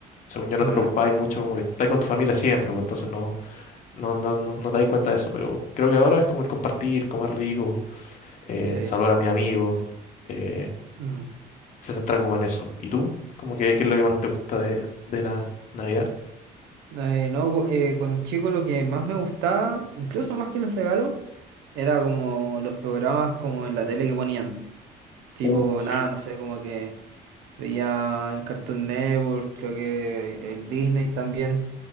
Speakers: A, on the left (about 50°); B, on the right (about 80°).
A: según yo no
B: Ya,
A: te preocupabas mucho, como que estás con tu familia siempre, pues, entonces no, no, no, no, no te das cuenta de eso, pero creo que ahora es como el compartir, comer rico, eh,
B: sí.
A: saludar a mis amigos, eh,
B: Mm.
A: se centra como en eso. ¿Y tú? Como que, ¿qué es lo que más te gusta de, de la Navidad?
B: Eh, no, gu- eh, cuando chico lo que más me gustaba, incluso más que los regalos, era como los programas como en la tele que ponían. Tipo,
A: Uh,
B: nada,
A: sí.
B: no sé, como que veía el Cartoon Network, creo que el Disney también.